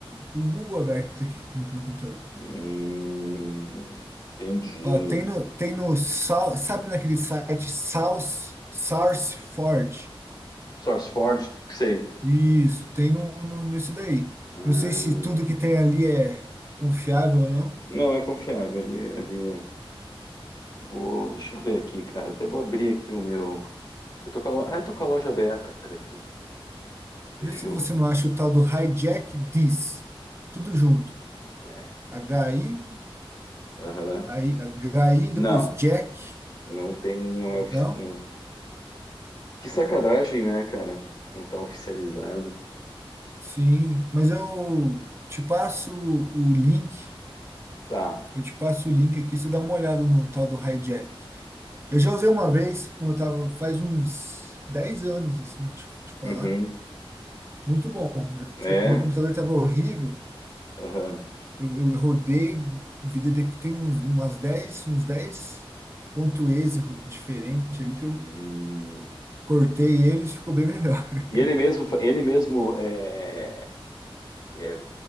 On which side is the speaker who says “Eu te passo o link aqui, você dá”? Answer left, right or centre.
Right